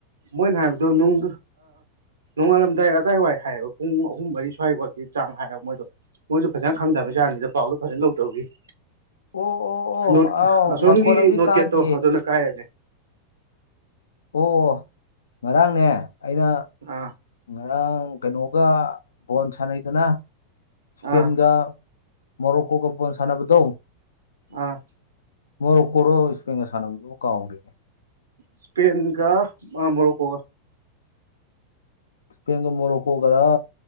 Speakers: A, on the right (about 70°); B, on the left (about 70°).
A: ꯃꯣꯏꯅ ꯍꯥꯏꯕꯗꯣ ꯅꯨꯡ ꯅꯣꯡꯉꯥꯜꯂꯝꯗꯥꯏ ꯑꯗꯏꯋꯥꯏ ꯍꯥꯏꯌꯦꯕ ꯄꯨꯡ ꯑꯍꯨꯝ ꯃꯔꯤ ꯁ꯭ꯋꯥꯏꯐꯥꯎꯀꯤ ꯆꯥꯡ ꯍꯥꯏꯕ ꯃꯣꯏꯗꯣ ꯃꯣꯏꯁꯨ ꯐꯖꯅ ꯈꯪꯗꯕ ꯖꯠꯅꯤꯗ ꯄꯥꯎꯗꯣ ꯐꯖꯅ ꯂꯧꯗꯕꯒꯤ
B: ꯑꯣ ꯑꯣ
A: ꯅꯣꯠ
B: ꯑꯣ ꯑꯥꯎ
A: ꯑꯁꯣꯝꯒꯤ
B: ꯃꯈꯣꯟ ꯑꯃꯗꯤ
A: ꯅꯣꯠ
B: ꯇꯥꯈꯤꯌꯦ
A: ꯒꯦꯠꯇꯣ ꯑꯗꯨꯅ ꯀꯥꯏꯔꯔꯦ
B: ꯑꯣ ꯉꯔꯥꯡꯅꯦ ꯑꯩꯅ
A: ꯑ
B: ꯉꯔꯥꯡ ꯀꯩꯅꯣꯒ ꯕꯣꯟ ꯁꯥꯟꯅꯩꯗꯅ ꯏꯁꯄꯦꯟꯒ
A: ꯑꯥ
B: ꯃꯣꯔꯣꯀꯣꯒ ꯕꯣꯜ ꯁꯥꯟꯅꯕꯗꯣ
A: ꯑ
B: ꯃꯣꯔꯣꯀꯣꯔꯣ ꯏꯁꯄꯟꯒ ꯁꯥꯟꯅꯕꯗꯨꯕꯨ ꯀꯥꯎ ꯔꯦꯅꯦ
A: ꯏꯁꯄꯦꯟꯒ ꯃꯣꯔꯣꯀꯣꯒ
B: ꯏꯁꯄꯦꯟꯒ ꯃꯣꯔꯣꯀꯣꯒꯃ